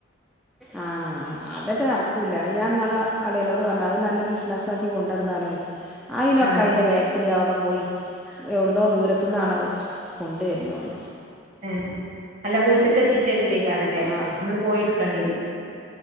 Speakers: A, in the centre; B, on the right.
A: ആഹ് അതെറ്റെ നടക്കൂല. ഞാൻ ന്നാള് അളിയനോട് പറഞ്ഞു അത് നല്ല ബിസിനസാക്കി കൊണ്ടട്ന്നാലോചി ച്ച് അയിനൊക്കെ
B: ആഹ്
A: അയിൻ്റെ ബാക്കില് അവിടെ പോയി എവ്ടുന്നോ ദൂരത്ത്ന്നാണ് കൊണ്ട് വര്ന്നോണ്
B: ഏ അല്ല വീട്ട്ക്ക് എത്തിച്ചേരൂലേകാരലേ
A: ആഹ്
B: നമ്മള് പോയിടുക്കേണ്ടി വരും